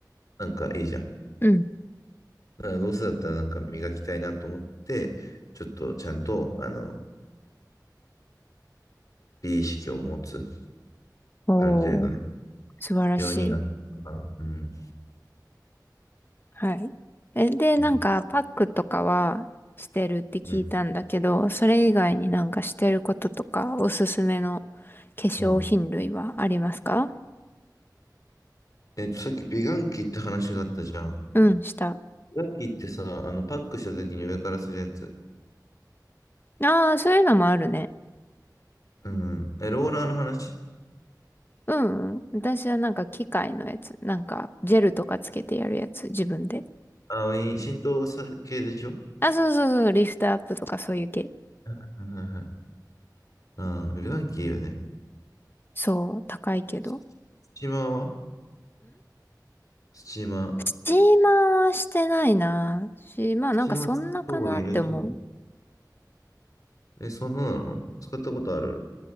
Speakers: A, on the left; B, on the left.
A: なんかいいじゃん。
B: うん
A: だからどうせだったらなんか磨きたいなと思って、ちょっとちゃんと、あの、美意識を持つ、
B: おー、
A: ある程度ね、
B: 素晴らしい。
A: ようになったからうん。
B: はい。え、で、
A: うん。
B: なんか、パックとかはしてるって聞いたんだけど、
A: うん。
B: それ以外になんかしてることとか、おすすめの化粧品類はありますか
A: うん。えっと、さっき美顔器って話があったじゃん。
B: うん、した。
A: 美顔器ってさ、あの、パックした時に上からするやつ。
B: ああ、そういうのもあるね。
A: うん。え、ローラーの話。
B: うん。うん私はなんか機械のやつ。なんか、ジェルとかつけてやるやつ、自分で。
A: あ、いい浸透さ系でしょ
B: あ、そうそうそう、リフトアップとかそういう系。
A: はいはいはい <laughs> ああ、美顔器いいよね。
B: そう、高いけど。
A: ス
B: ん
A: チーマーはスチーマー。
B: スチーマーはしてないな。し、まあなんかそんなかなって思う。
A: スチーマー使った方がいいらしいよ。え、そんななの使ったことある